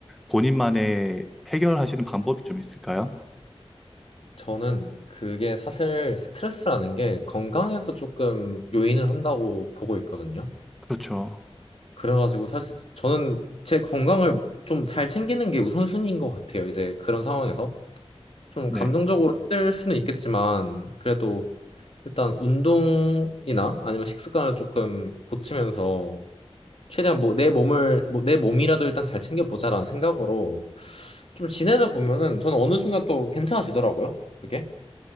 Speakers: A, in the centre; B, on the left.
A: 본인만의 해결하시는 방법이 좀 있을까요?
B: 저는 그게 사실 스트레스라는 게 건강에서 조금 요인을 한다고 보고 있거든요.
A: 그렇죠.
B: 그래가지고 사실 저는 제 건강을 좀 잘 챙기는 게 우선순위인 것 같아요. 이제 그런 상황에서 좀
A: 네
B: 감정적으로 힘들 수는 있겠지만 그래도 일단 운동이나 아니면 식습관을 조금 고치면서 최대한 뭐 내 몸을 뭐 내 몸이라도 일단 잘 챙겨보자라는 생각으로 좀 지내다 보면은 저는 어느 순간 또 괜찮아지더라고요. 그게.